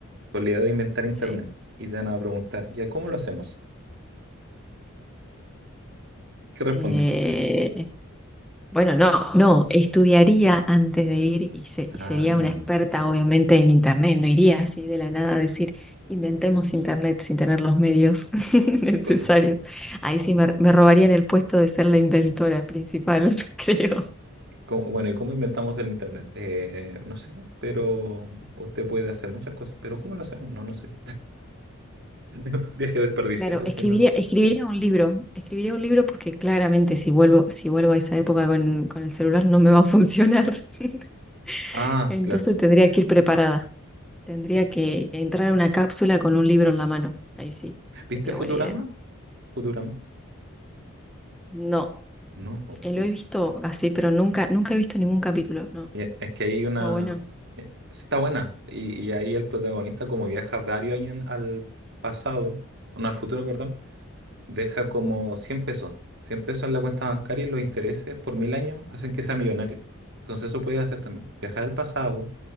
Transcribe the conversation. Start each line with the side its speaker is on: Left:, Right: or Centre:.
Right: con la idea de inventar Internet
Centre: Sí,
Right: y te van a preguntar, ¿ya cómo
Centre: sí.
Right: lo hacemos? ¿Qué respondes?
Centre: Eh, bueno, no, no, estudiaría antes de ir y, se-
Right: <laughs>
Centre: y
Right: Ah.
Centre: sería una experta, obviamente, en Internet. No iría así de la nada a decir, inventemos Internet sin tener los medios <laughs> necesarios.
Right: Co-
Centre: Ahí sí me, me robarían el puesto de ser la inventora principal, <laughs> creo.
Right: co- Bueno, ¿y cómo inventamos el internet? Eh, no sé, pero usted puede hacer muchas cosas, pero ¿cómo lo hacemos? No, no sé. <laughs> Viaje desperdiciado,
Centre: Claro, escribiría,
Right: si no.
Centre: escribiría un libro, escribiría un libro porque claramente si vuelvo, si vuelvo a esa época con, con el celular no me va a funcionar. <laughs>
Right: Ah,
Centre: Entonces
Right: claro.
Centre: tendría que ir preparada, tendría que entrar a una cápsula con un libro en la mano. Ahí sí, sería
Right: ¿Viste Futurama?
Centre: buena idea.
Right: Futurama.
Centre: No,
Right: No, o pu-
Centre: eh, lo he visto así, pero nunca, nunca he visto ningún capítulo. No,
Right: Ya, es que ahí hay una...
Centre: está bueno,
Right: eh, Está buena. Y, y ahí el protagonista como viaja varios años al pasado, no, al futuro, perdón deja como cien pesos. 100 pesos en la cuenta bancaria y los intereses por mil años hacen que sea millonario. Entonces eso puedes hacer también. Viajar al pasado